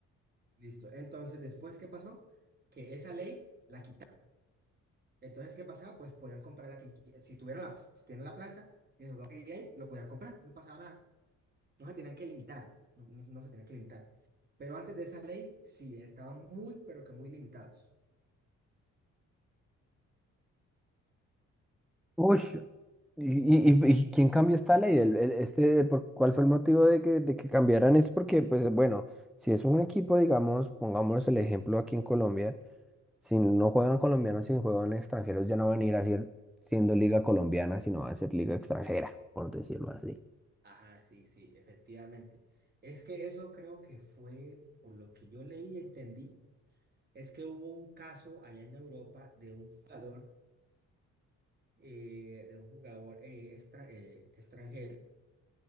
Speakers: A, on the right; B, in the centre.
A: listo. Entonces, después, ¿qué pasó? Que esa ley la quitaron. Entonces, ¿qué pasaba? Pues podían comprar a quien qui- Si tuvieron la, si tienen la plata, bien, lo podían comprar, no pasaba nada. No se tenían que limitar, no, no no se tenían que limitar. Pero antes de esa ley, sí, estaban muy, pero que muy limitados.
B: Uy, ¿Y, y, y quién cambió esta ley? El, el- este, por, ¿cuál fue el motivo de que, de que cambiaran esto? Porque, pues bueno, si es un equipo, digamos, pongámonos el ejemplo aquí en Colombia, si no juegan colombianos, si juegan extranjeros, ya no van a ir a ser, siendo liga colombiana, sino va a ser liga extranjera, por decirlo así.
A: Ajá, sí, sí, efectivamente. Es que eso creo que fue, por lo que yo leí y entendí, es que hubo un caso allá en Europa de un jugador, eh, de un jugador eh, extra- eh, extranjero